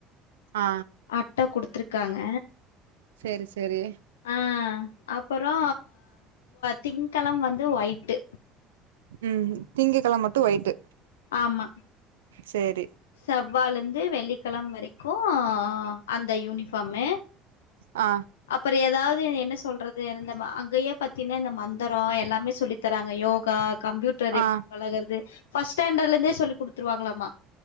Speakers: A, on the right; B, on the left.
A: ஆ
B: அட்ட குடுத்துருக்காங்க
A: செரி செரி
B: ஆ அப்பறோ திங்கெழம் வந்து ஒயிட்டு்
A: ம் திங்ககிழம மட்டு ஒயிட்டு
B: ஆமா
A: சேரி
B: செவ்வாலந்து வெள்ளிக்கெழம வரைக்கு அந்த யூனிஃபார்ம்மு
A: ஆ
B: அப்புற ஏதாவது என்ன சொல்றது இந்த அங்கேயே பாத்தீன்னா இந்த மந்தரோ எல்லாமே சொல்லி தராங்க யோகா கம்ப்யூட்டர் எப்டி
A: ஆ
B: பழகறது ஃபஸ்ட் ஸ்டாண்டர்ட்ல இருந்தே சொல்லி் குடுத்துருவாங்களாமா